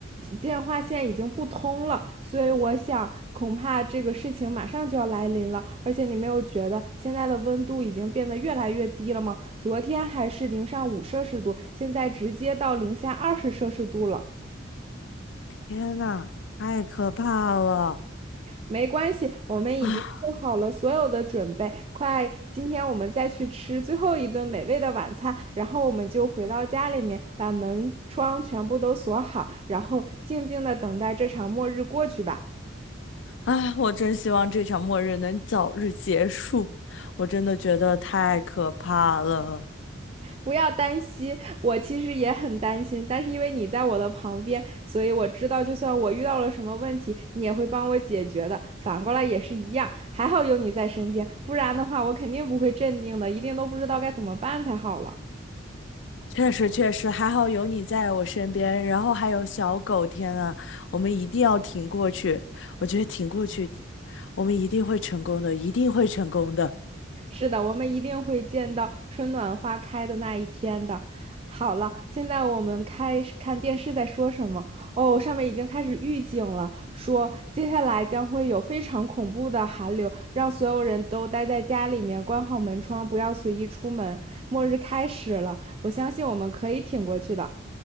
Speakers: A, on the right; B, on the left.
A: 电话线已经不通了，所以我想恐怕这个事情马上就要来临了。而且你没有觉得现在的温度已经变得越来越低了吗？昨天还是零上五摄氏度，现在直接到零下二十摄氏度了。
B: 天呐，太可怕了！
A: 没关系，我们已经做好了所有的准备，
B: 啊
A: 快，今天我们再去吃最后一顿美味的晚餐，然后我们就回到家里面，把门窗全部都锁好，然后静静的等待这场末日过去吧。
B: 啊，我真希望这场末日能早日结束，我真的觉得太可怕了。
A: 不要担心，我其实也很担心，但是因为你在我的旁边，所以我知道，就算我遇到了什么问题，你也会帮我解决的。反过来也是一样，还好有你在身边，不然的话，我肯定不会镇定的，一定都不知道该怎么办才好了。
B: 确实确实，还好有你在我身边，然后还有小狗，天啊，我们一定要挺过去，我觉得挺过去，我们一定会成功的，一定会成功的，
A: 是的，我们一定会见到春暖花开的那一天的。好了，现在我们开始看电视在说什么哦，上面已经开始预警了，说接下来将会有非常恐怖的寒流，让所有人都待在家里面，关好门窗，不要随意出门。末日开始了，我相信我们可以挺过去的。